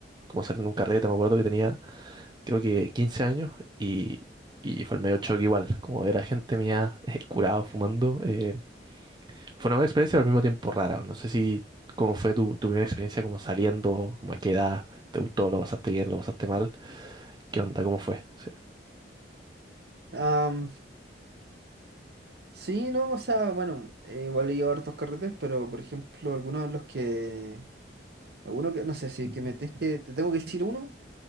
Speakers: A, on the right; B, on the right.
A: como saliendo de un carrete, me acuerdo que tenía creo que 15 años y, y fue el medio choque igual, como ver a gente mía eh, curado fumando. eh, fue una buena experiencia, pero al mismo tiempo rara. No sé si cómo fue tu, tu primera experiencia como saliendo, como a qué edad, te gustó, lo pasaste bien, lo pasaste mal, qué onda, cómo fue. Sí.
B: Am, sí, no, o sea, bueno, eh, igual he ido a hartos carretes, pero por ejemplo, algunos de los que. Alguno que, no sé si que me tienes que. Te tengo que decir uno,